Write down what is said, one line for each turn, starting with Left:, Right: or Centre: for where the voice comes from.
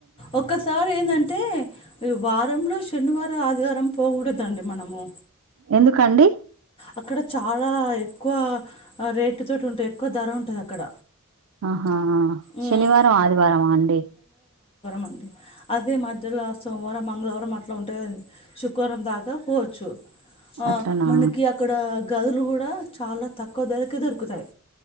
Left: ఒక్కసారి ఎందంటే వారంలో శనివారం ఆదివారం పోకూడదండి మనము
Right: ఎందుకండి
Left: అక్కడ చాలా ఎ ఎక్కువ రేటు తోటి ఉంటై ఎక్కువ ధర ఉంటది అక్కడ
Right: ఆ
Left: ఉమ్,
Right: శనివారం ఆదివారమాఅండి
Left: మంది అదే మధ్యల సోమవారం మంగళవారం మాట్లుంటదండి సు కోరం దాకా పోచ్చు. ఆ
Right: అట్లనా
Left: మనకి అక్కడ గదులు గూడా చాలా తక్కువ ధరకే దొరుకుతాయి